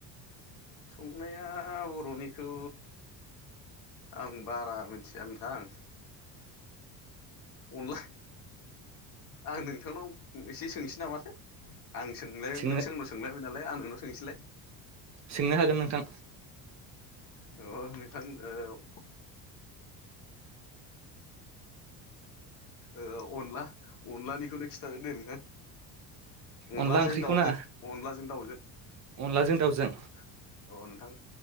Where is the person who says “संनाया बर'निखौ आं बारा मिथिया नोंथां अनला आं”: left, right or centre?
Left